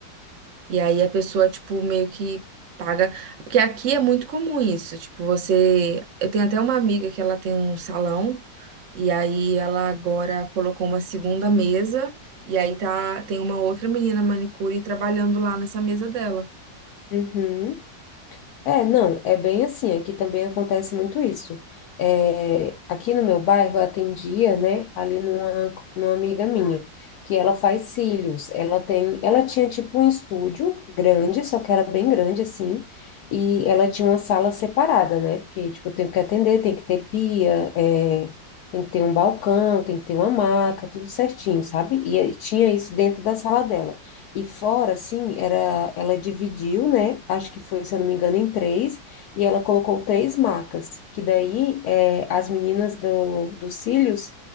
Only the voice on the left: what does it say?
Uhum. É, não, é bem assim. Aqui também acontece muito isso. É, aqui no meu bairro eu atendia, né, ali numa, numa amiga minha, que ela faz cílios. Ela tem, ela tinha tipo um estúdio grande, só que era bem grande assim, e ela tinha uma sala separada, né? Porque tipo tem que atender, tem que ter pia, é, tem que ter um balcão, tem que ter uma maca, tudo certinho, sabe? E eh, tinha isso dentro da sala dela. E fora, assim, era, ela dividiu, né? Acho que foi, se eu não me engano, em três, e ela colocou três macas, que daí é, as meninas do, dos cílios